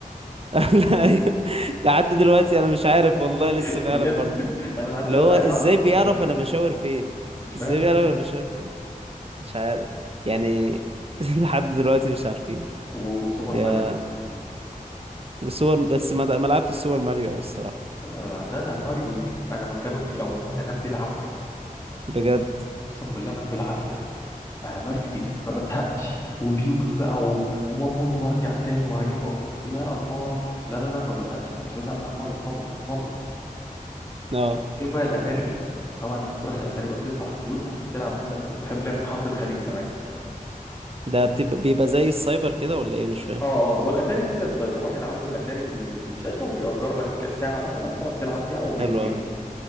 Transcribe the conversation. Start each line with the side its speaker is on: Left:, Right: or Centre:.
Right: <laughs> لا أيوة. لحد دلوقتي انا مش عارف والله لسه
Left: <laughs>
Right: فعلا
Left: بجد
Right: برضه
Left: <laughs> انا لحد
Right: اللي
Left: دلوقتي
Right: هو
Left: عايز
Right: ازاي
Left: اعرف هو
Right: بيعرف
Left: كان شغال ازاي
Right: انا بشاور فين
Left: مش فاهم
Right: ازاي بيعرف انا بشاور فين مش عارف يعني <laughs> لحد دلوقتي مش عارفين
Left: و- وسوبر
Right: يا
Left: ماريو
Right: والسوبر بس ما ما لعبتش السوبر ماريو أوي الصراحة
Left: انا ده انا ماريو دي انا ما كانوا بيقوموني انام بالعافيه
Right: بجد
Left: اقسم بالله انام بالعافيه انا ماريو دي ما بزهقش وبيوت بقى و... واموت وارجع تاني وهجيب يا الله لا لا لا ما بزهقش ما كنتش بزهق منها خالص خالص خالص
Right: م.
Left: وبعدين بقى الاتاري دي طبعا انت بتروح الاتاري بقى بتدفع فلوس عشان تلعب مثلا كنت بحب لعبه حرب الخليج زمان
Right: ده بتبقى- بيبقى زي السايبر كده ولا ايه مش فاهم
Left: اه اه هو الاتاري دي زي السايبر واحد عنده الاتاري بال- بالشاشه وبيأجر لك ساعه مثلا تقعد تلعب فيها او بالجيم
Right: حلو أوي،